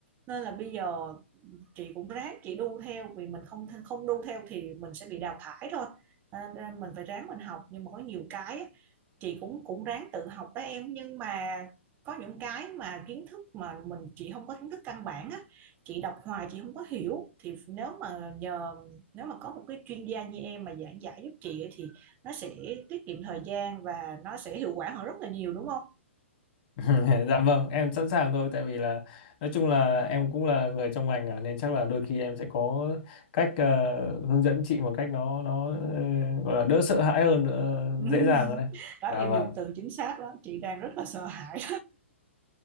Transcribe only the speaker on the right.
nên là bây giờ chị cũng ráng chị đu theo vì mình không không đu theo thì mình sẽ bị đào thải thôi à, mình phải ráng mình học nhưng mà có nhiều cái chị cũng cũng ráng tự học đó em nhưng mà có những cái mà kiến thức mà mình chị không có kiến thức căn bản á chị đọc hoài chị không có hiểu thì nếu mà nhờ nếu mà có một cái chuyên gia như em mà giảng giải giúp chị thì nó sẽ tiết kiệm thời gian và nó sẽ hiệu quả hơn rất là nhiều đúng không
<laughs>
đó
em
dùng từ chính xác đó chị đang rất là sợ hãi